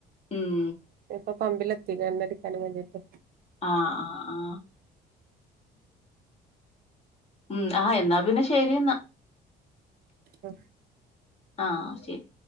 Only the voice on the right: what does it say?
എപ്പം പമ്പിലെത്തി എണ്ണടിക്കാൻ വേണ്ടിട്ട്
ഓ